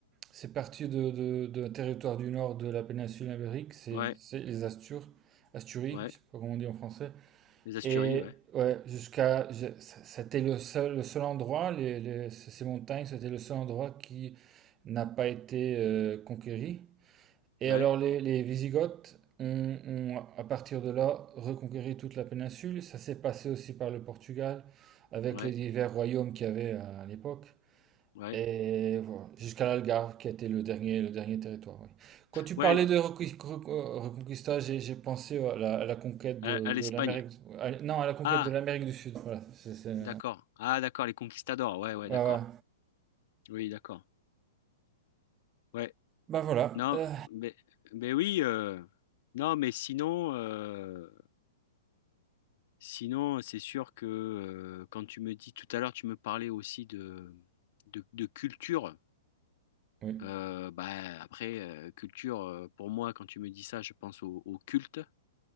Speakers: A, on the right; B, on the left.
A: c'est parti de, de, de territoire du nord de la péninsule ibérique, c'est,
B: Ouais,
A: c'est les Astures, Asturies,
B: ouais.
A: je sais pas comment on dit en français.
B: Les Asturies,
A: Et
B: ouais.
A: ouais, jusqu'à, je- c- c'était le seul, le seul endroit, les, les- c- ces montagnes, c'était le seul endroit qui n'a pas été euh, conquéri. Et
B: Ouais,
A: alors les, les Wisigoths ont, ont, à partir de là, reconquéri toute la péninsule. Ça s'est passé aussi par le Portugal, avec
B: ouais,
A: les divers royaumes qu'il y avait à l'époque.
B: ouais.
A: Et voilà, jusqu'à l'Algarve, qui a été le dernier, le dernier territoire. oui. Quand tu
B: Ouais,
A: parlais de recu- recu- Reconquista, j'ai j'ai pensé à la, à la conquête
B: à,
A: de,
B: à
A: de
B: l'Espagne.
A: l'Amérique. à- non, à la conquête
B: Ah,
A: de l'Amérique du Sud. Voilà. c'est c'est- ouais,
B: d'accord. Ah, d'accord, les conquistadors. Ouais, ouais,
A: ouais.
B: d'accord. Oui, d'accord. Ouais.
A: Bah voilà.
B: Non,
A: euh,
B: mais, mais oui, euh, non, mais sinon, euh, sinon, c'est sûr que euh, quand tu me dis tout à l'heure, tu me parlais aussi de, de, de culture.
A: oui.
B: Euh, bah, après, euh, culture, euh, pour moi, quand tu me dis ça, je pense au, au culte.